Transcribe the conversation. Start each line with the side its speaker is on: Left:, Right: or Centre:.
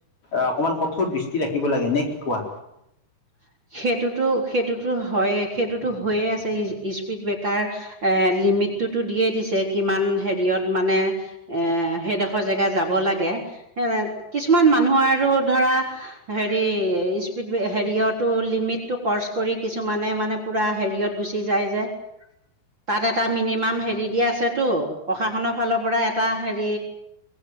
Left: অকমান কঠোৰ দৃষ্টি ৰাখিব লাগে নে কি কোৱা?
Right: <inaudible> সেইটোতো সেইটোতো হয় সেইটোতো হৈয়ে আছে স্পীড ব্ৰেকাৰ এ লিমিটটোতো দিয়ে দিছে কিমান হেৰিয়ত মানে এ সেইডখৰ জেগা যাব লাগে। এ কিছুমান মানুহ আৰু ধৰা হেৰি স্পীড হেৰিয়ত। লিমিটটো কৰচ কৰি কিছুমানে মানে পুৰা হেৰিয়ত গুচি যায় যে। তাত এটা। মিনিমাম হেৰী দিয়া আছে টো প্ৰশাসনৰ ফালৰ পৰা এটা হেৰী